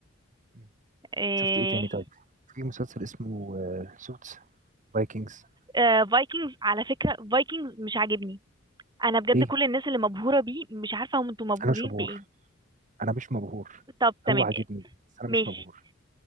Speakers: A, on the right; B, on the right.
A: مم.
B: إيه...
A: شفت إيه تاني طيب؟ في مسلسل اسمه آه، سوتس فايكنجز
B: آه، فايكنجز على فكرة فايكنجز مش عاجبني انا بجد
A: ليه؟
B: كل الناس اللي مبهورة بيه مش عارفة هم انتوا مبهورين
A: أنا مش مبهور
B: بايه
A: أنا مش مبهور
B: طب تمام
A: هو عاجبني بس أنا
B: ماشي
A: مش مبهور